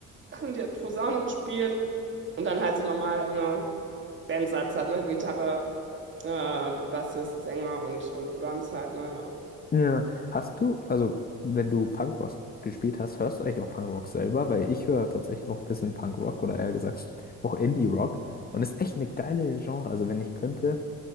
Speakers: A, on the right (about 40°); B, on the left (about 30°).
A: <clears throat> die hat Posaune gespielt und dann halt so normal eine Bandsatz halt, ne? Gitarre, äh, Bassist, Sänger und, und Drums halt, ne? Ja.
B: Ja, hast du, also wenn du Punkrock gespielt hast, hörst du eigentlich auch Punkrock selber? Weil ich höre tatsächlich auch ein bisschen Punkrock oder eher gesagt auch Indie-Rock. Und ist echt eine geile Genre. Also wenn ich könnte,